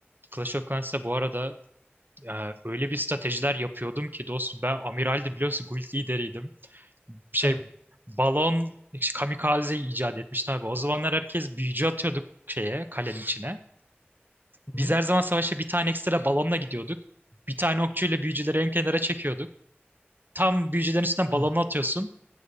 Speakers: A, on the right (about 50°); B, on the left (about 25°).
A: Clash of Clans'ta bu arada e, öyle bir stratejiler yapıyordum ki dostum ben amiraldim biliyorsun guild lideriydim. Şey
B: Heh.
A: balon işte kamikaze icat etmiştim abi. O zamanlar herkes büyücü atıyorduk şeye kalenin içine.
B: Hı
A: Biz
B: hı.
A: her zaman savaşa bir tane ekstra balonla gidiyorduk. Bir tane okçuyla büyücüleri en kenara çekiyorduk. Tam büyücülerin üstünden balonu
B: Hı.
A: atıyorsun.